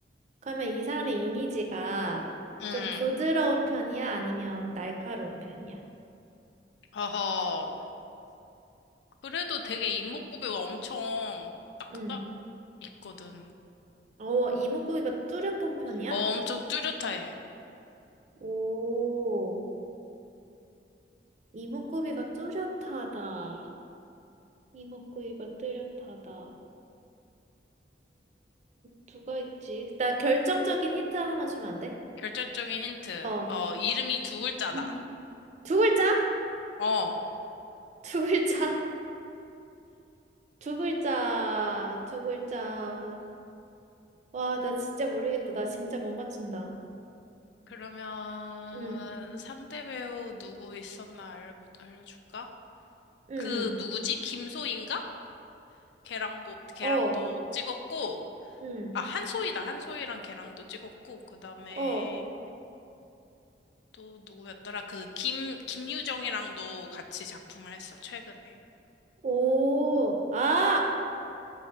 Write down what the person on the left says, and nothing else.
응
어허. 그래도 되게 이목구비가 엄청 딱딱
있거든.
어, 엄청 뚜렷해.
결정적인 힌트.
어, 이름이 두 글자다.
어.
그러면
상대 배우 누구 있었나 알려, 알려줄까?
그 누구지? 김소희인가? 걔랑, 고, 걔랑도
찍었고,
아, 한소희다. 한소희랑 걔랑도 찍었고, 그 다음에
또 누구였더라? 그 김, 김유정이랑도 같이 작품을 했어, 최근에.